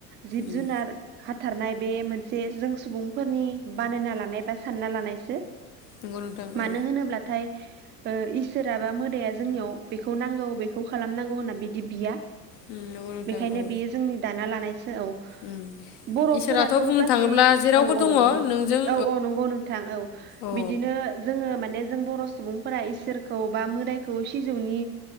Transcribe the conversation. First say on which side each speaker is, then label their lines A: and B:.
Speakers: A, on the right; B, on the left.
A: जिब
B: उम
A: जुनार हाथार नाय बे मोनसे जों सुबुंफोरनि बानायना लानाय बा सानना लानायसो
B: नंगौ नोंथां
A: मानो
B: औ
A: होनोब्लाथाय इसोरा बा मोदाया जोंनियाव बेखौ नांगौ बेखौ खालामनांगौ होनना बिदि बिया
B: उम नंगौ नोंथां
A: बेखायनो
B: औ
A: बेयो जोंनि दाना लानायसो औ
B: उम
A: बर'फोराथ'
B: इसोराथ' बुंनो
A: गासै
B: थाङोब्ला जेरावबो
A: औ
B: दङ
A: औ औ
B: नोंजों
A: औ औ नंगौ नोंथां औ
B: औ
A: बिदिनो जोङो माने। जों बर' सुबुं फोरा इसोरखौ बा मोदायखौ सिजौनि